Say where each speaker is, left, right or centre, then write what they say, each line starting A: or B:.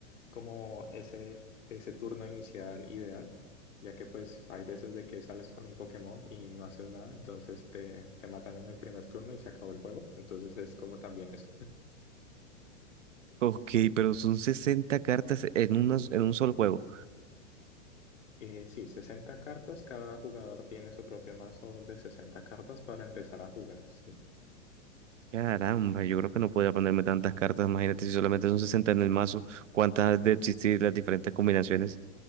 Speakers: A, on the left (about 80°); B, on the right (about 75°).
A: como ese, ese turno inicial ideal, ya que pues hay veces de que sales con un Pokémon y no haces nada, entonces te, te matan en el primer turno y se acabó el juego. Entonces es como también eso.
B: Ok, pero son 60 cartas en, una, en un solo juego.
A: Eh, sí, 60 cartas. Cada jugador tiene su propio mazo de 60 cartas para empezar a jugar, sí.
B: Caramba, yo creo que no podía ponerme tantas cartas. Imagínate si solamente son 60 en el mazo, cuántas han de existir las diferentes combinaciones